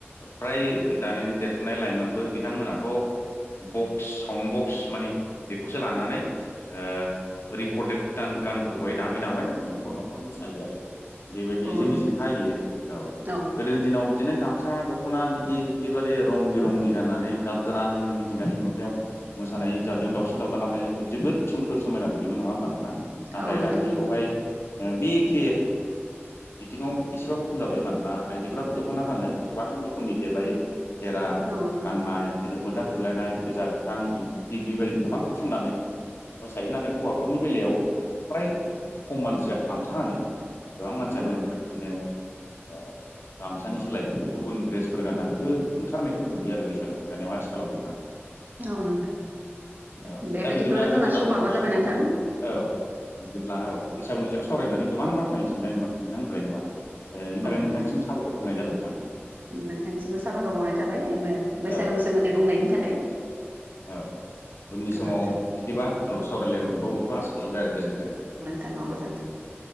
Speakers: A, on the left; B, on the right.
A: फ्राय दानि देरफुनाय लाइमोनफोर बिथांमोनाथ' बक्स साउन्ड बक्स मानिे बेखौसो लानानै ओ- रिकर्डेड गान फोरखौहाय दामै दामै न'खर न'खर मोसायो आरो बेबायदि
B: औ
A: जोंनिजों
B: नोंथां
A: फालियो औ-
B: औ
A: गोदोनि दिनाव बिदिनो गामसा दख'ना बिदि एखेबारे रं बिरंनि गाननानै गाब गोनां मिथिंगानि नुथायाव मोसानाय हंजाबजों दावउसिन दावला गामनायजों जोबोद सोमखोर समायना नुयोमोन नङा होमबा नोंथां। नाथाय
B: नोंथां औ नोंथां
A: दानि जुगावहाय
B: औ नोंथां
A: ओ- बेखे बिथिङाव एसेबा बुखम जाबाय मानोना आइजोफोराथ' दख'ना खानो गोबां रोखोमनि देरलायो खेरा
B: औ
A: गाननाय बिदिनो फोथा थुलायनाय गोजा गोथां दिडिग्रि बदिनो गोबां फुननानै मोसायो नाथाय हौवाफोरनि बेलायाव फ्राय खम मानसिया गामसा गानो गोबां मानसियानो
B: नोंथां <unintelligible> <inaudible>
A: ओ गामसानि सोलाय गुबुन दड्रेसफोर गाननानैबो ओंखारनायखौ जों नुयो आरो बैसागु रंजानायाव आथिखालाव नोंथां
B: औ- नोंथां।
A: औ-
B: बेबायदिब्लाथ'
A: दा बिदिब्ला नोंथां जोंना
B: समाबो
A: दा
B: जाबाय
A: समावो
B: नोंथां
A: जाबाय औ- बिदिब्ला औ- बैसागनि सायाव सावरायनानै गोबां बाथ्रा मिथिनबाया नोंथांनिफ्राय हबा ओ- बेनि थाखाय
B: औ
A: नोंथांसिम
B: नोंथां
A: साबायखर होनाय जागोन नोंथां।
B: नोंथांनिसिमबो सााबायखर बावनाय थाबाय ओ- बैसागोनि
A: औ
B: सोमोन्दै बुंनायनि थाखाय।
A: औ-। उननि
B: गोजोन्थों
A: समाव बिदिबा औ- सावरायलायनो मोनबावगोनथ' आसा खालामबाय आरो गोजोनथों।
B: <unintelligible> गोजोनथों।